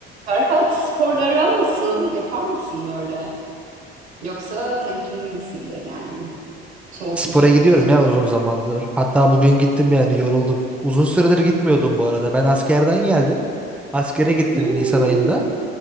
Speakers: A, on the right; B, in the centre.
A: Ferhat sporla aran nasıl? Yapar mısın böyle? Yoksa temkinli misindir yani? Soğuk
B: Spora
A: musundur
B: gidiyorum
A: spora?
B: ya uzun zamandır. Hatta bugün gittim yani yoruldum. Uzun süredir gitmiyordum bu arada. Ben askerden geldim. Askere gittim
A: Hmm,
B: Nisan ayında.